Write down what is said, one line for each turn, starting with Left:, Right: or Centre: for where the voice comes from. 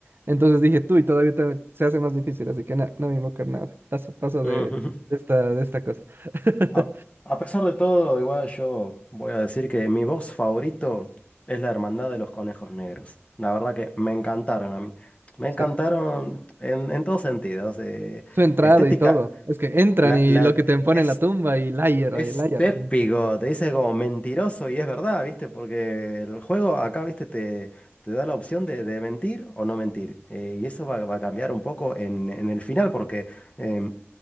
Right: Entonces dije, tú, y todavía te- se hace más difícil, así que nada, no voy a invocar nada. Paso, paso
Left: Ujú.
Right: de, de esta, de esta cosa. <laughs>
Left: A, a pesar de todo, igual yo voy a decir que mi box favorito es la Hermandad de los Conejos Negros. La verdad que me encantaron a mí. Me encantaron
Right: O sea,
Left: en, en todos sentidos. eh,
Right: Su entrada
Left: estética.
Right: y todo. Es que entran
Left: La,
Right: y
Left: la,
Right: lo que te ponen
Left: es,
Right: en la tumba y liar,
Left: es
Right: y liar.
Left: épico,
Right: <laughs>
Left: te dice como mentiroso y es verdad, ¿viste? Porque el juego acá, ¿viste? Te, te da la opción de, de mentir o no mentir. eh, y eso va, va a cambiar un poco en, en el final, porque em,